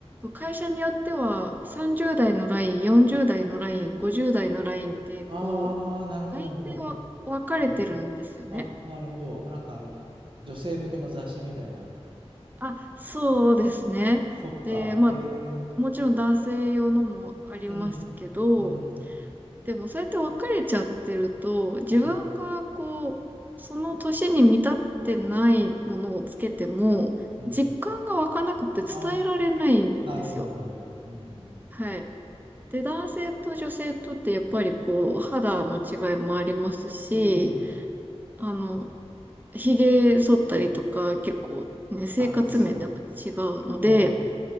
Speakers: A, on the right; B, on the right.
A: 会社によっては30代のライン、40代のライン、50代のラインって、
B: ああ、
A: こ
B: なるほど、
A: う、ラインでわ分かれてるんですよね。
B: なるほど。うん。あ、なるほど。なんかあの、女性向けの雑誌みたいな。
A: あ、そうですね。
B: そっか。
A: で、まあ、
B: えー、
A: もちろん男性用のもありますけど、
B: うん。うん。
A: でもそうやって別れちゃってると、自分がこう、
B: うん。
A: その年に満たってないものをつけても、
B: うん。
A: 実感が湧かなくて伝えられないんですよ。
B: あ、なるほど、なるほど。うん、うん、
A: はい。で、男性と女性とってやっぱりこう、肌の違いもありますし、
B: うん、うんうん。うん
A: あの、髭剃ったりとか結構ね、生活面でも違うので、
B: あ、そう。そう。